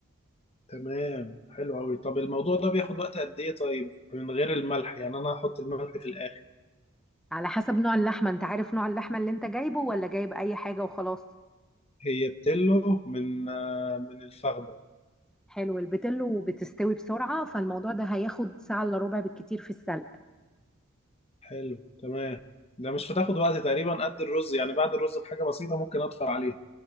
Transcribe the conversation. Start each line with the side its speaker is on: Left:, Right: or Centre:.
Left: تمام حلو أوي طب الموضوع ده بياخد وقت قد إيه طيب من غير الملح يعني أنا هحط الملح في الآخر
Centre: على حسب نوع اللحمة انت عارف نوع اللحمة اللي انت جايبه ولا جايب أي حاجة وخلاص
Left: هي بتلو من آه، من الفخدة
Centre: حلو البتلو بتستوي بسرعة فالموضوع ده هياخد ساعة إلا ربع بالكتير في السلق
Left: حلو تمام ده مش هتاخد وقت تقريبا قد الرز يعني بعد الرز بحاجة بسيطة ممكن أطفي عليها